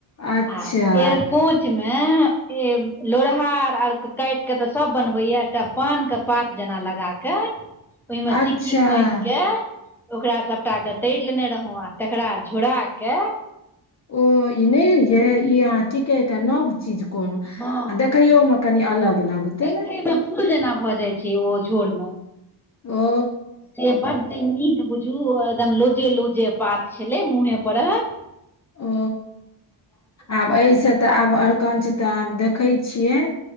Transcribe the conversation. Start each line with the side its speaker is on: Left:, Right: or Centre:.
Left: अच्छा
Centre: आ एरकोच मे ए लोरहा आर काटि के तऽ सब बनबै या एकटा पान के पात जेना लगा के ओहिमे
Left: अच्छा
Centre: सिक्की ए ओकरा सभटा क तइर लेने रहौँ आ तकरा झोड़ाकऽ
Left: ओ इ नहि ईएय ई अहाँ ठीके एकटा नव चीज कोनो
Centre: हँ
Left: देख यौ म कनी अलग लगतै
Centre: देखयमे फूल जेना भऽ जाइ छै ओ झोरमे
Left: ओ
Centre: से बड्ड नीक बुझू एकदम लोजे लोजे पात छलै मुँहे परहक
Left: ओ आब एहिस तऽ आब आरकंच तऽ आब देखै छियै